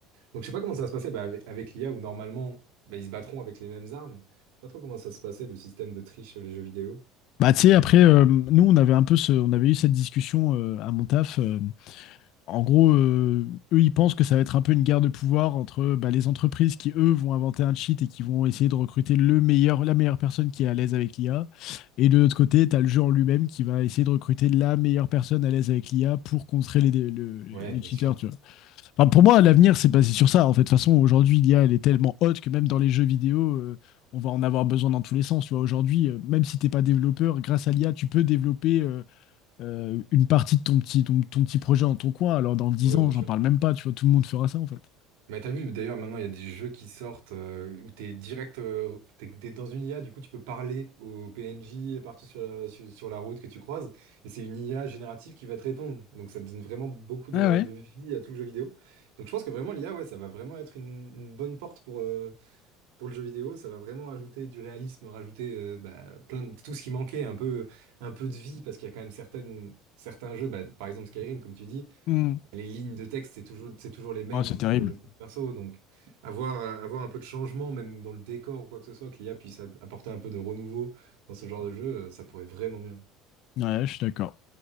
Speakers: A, on the right; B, on the left.
A: Donc, je sais pas comment ça va se passer bah, avec, avec l'IA, où normalement, bah, ils se battront avec les mêmes armes. Je sais pas trop comment ça se passait, le système de triche sur les jeux vidéo.
B: Bah tu
A: Donc,
B: sais,
A: on-
B: après, euh, nous, on avait un peu, ce, on avait eu cette discussion euh, à mon taf. euh, En gros, euh, eux, ils pensent que ça va être un peu une guerre de pouvoir entre bah, les entreprises qui, eux, vont inventer un cheat et qui vont essayer de recruter le meilleur, la meilleure personne qui est à l'aise avec l'IA. Et de l'autre côté, tu as le jeu en lui-même qui va essayer de recruter la meilleure personne à l'aise avec l'IA pour contrer les, dé- le- les
A: Ouais, bien
B: cheaters,
A: sûr.
B: tu vois. Enfin, pour moi, l'avenir, c'est basé sur ça. En fait, de toute façon, aujourd'hui, l'IA, elle est tellement haute que même dans les jeux vidéo, euh, on va en avoir besoin dans tous les sens. Tu vois, aujourd'hui, euh, même si t'es pas développeur, grâce à l'IA, tu peux développer... euh, euh, une partie de ton petit, ton, ton petit projet en ton coin, alors dans dix
A: Ouais,
B: ans,
A: bien
B: j'en
A: sûr.
B: parle même pas, tu vois, tout le monde fera ça en fait.
A: Mais t'as vu, d'ailleurs, maintenant, il y a des jeux qui sortent euh, où t'es direct, euh, t'es, t'es dans une IA, du coup, tu peux parler aux PNJ partout sur la, sur, sur la route que tu croises, et c'est une IA générative qui va te répondre. Donc, ça donne vraiment beaucoup de,
B: Ah ouais.
A: de vie à tout le jeu vidéo. Donc, je pense que vraiment, l'IA, ouais, ça va vraiment être une, une bonne porte pour, euh, pour le jeu vidéo. Ça va vraiment rajouter du réalisme, rajouter euh, bah, plein de, tout ce qui manquait, un peu, un peu de vie, parce qu'il y a quand même certaines, certains jeux, bah, par exemple Skyrim, comme tu dis
B: Hmm.
A: les lignes de texte, c'est toujours, c'est toujours les mêmes
B: Ah, c'est terrible.
A: pour le perso. Donc, avoir, euh, avoir un peu de changement, même dans le décor ou quoi que ce soit, que l'I a, puisse a- apporter un peu de renouveau dans ce genre de jeu, euh, ça pourrait être vraiment bien.
B: Ouais, je suis d'accord.